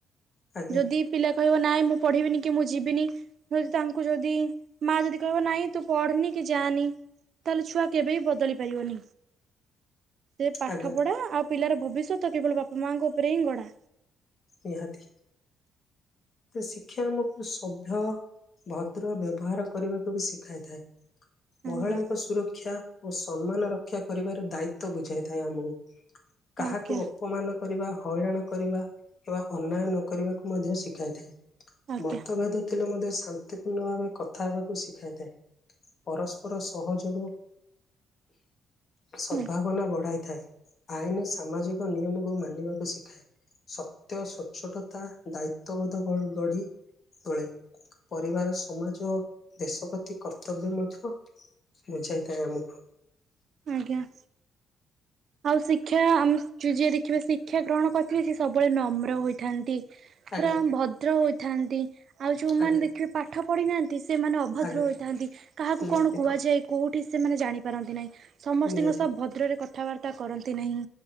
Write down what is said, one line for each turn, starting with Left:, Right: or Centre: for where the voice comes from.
Left: ଆଜ୍ଞା
Right: ଯଦି ପିଲା କହିବ ନାଇଁ ମୁଁ ପଢିବିନି କି ମୁଁ ଯିବିନି, ଯଦି ତାଙ୍କୁ ଯଦି ମା ଯଦି କହିବ ନାଇଁ ତୁ ପଢିନି କି ଯାନି ତାହେଲ ଛୁଆ କେବେବି ବଦଳି ପାରିବନି, ସେ ପାଠ
Left: ଆଜ୍ଞା
Right: ପଢା ଆଉ ପିଲାର ଭବିଷ୍ୟତ କେବଳ ବାପା ମାଙ୍କ ଉପରେ ହିଁ ଗଢା।
Left: ନିହାତି ଶିକ୍ଷା ଆମକୁ ସଭ୍ୟ ଭଦ୍ର ବ୍ୟବହାର କରିବାକୁ ବି ଶିଖାଇଥାଏ। ମହିଳାଙ୍କ
Right: ଆଜ୍ଞା
Left: ସୁରକ୍ଷା ଓ ସମ୍ମାନ ରକ୍ଷା କରିବାର ଦାୟିତ୍ବ ବୁଝାଇଥାଏ ଆମକୁ। କାହାକୁ
Right: ଆଜ୍ଞା
Left: ଅପମାନ କରିବା, ହଇରାଣ କରିବା କିମ୍ବା ଅନ୍ୟାୟ ନ କରିବାକୁ ମଧ୍ୟ ଶିଖାଇଥାଏ।
Right: ଆଜ୍ଞା
Left: ମତଭେଦ ଥିଲେ ମଧ୍ୟ ଶାନ୍ତିପୂର୍ଣ୍ଣ ଭାବେ କଥା ହେବାକୁ ଶିଖାଇଥାଏ। ପରସ୍ପର ସହଯୋଗ, ସଦଭାବନା
Right: ଆଜ୍ଞା
Left: ବଢ଼ାଇ ଥାଏ, ଆଇନ ସାମାଜିକ ନିୟମକୁ ମାନିବାକୁ ଶିଖାଏ। ସତ୍ୟ ସ୍ୱଚ୍ଛଟତା ଦାୟିତ୍ଵ ବୋଧ ଗ-ଗଢି ତୋଳେ। ପରିବାର ସମାଜ ଓ ଦେଶ ପ୍ରତି କର୍ତ୍ତବ୍ୟ ମଧ୍ୟ ବୁଝାଇଥାଏ ଆମକୁ‌।
Right: ଆଜ୍ଞା ଆଉ ଶିକ୍ଷା ଆମ ଯ-ଯିଏ ଦେଖିବେ ଶିକ୍ଷା ଗ୍ରହଣ କରିଥିଲେ ସେ ସବୁବେଳେ ନମ୍ର ହୋଇଥାନ୍ତି। ପୁରା
Left: ଆଜ୍ଞା
Right: ଭଦ୍ର ହୋଇଥାନ୍ତି ଆଉ ଯୋଉମାନେ
Left: ଆଜ୍ଞା
Right: ଦେଖିବେ ପାଠ ପଢିନାହାନ୍ତି ସେମାନେ ଅଭଦ୍ର
Left: ଆଜ୍ଞା
Right: ହୋଇଥାନ୍ତି କାହାକୁ
Left: ନିଶ୍ଚିତ
Right: କଣ କୁହାଯାଏ କୋଉଠି ସେମାନେ ଜାଣିପାରନ୍ତି ନାହିଁ, ସମସ୍ତଙ୍କ
Left: ନିହାତି
Right: ସବୁ ଭଦ୍ରରେ କଥାବାର୍ତ୍ତା କରନ୍ତି ନାହିଁ,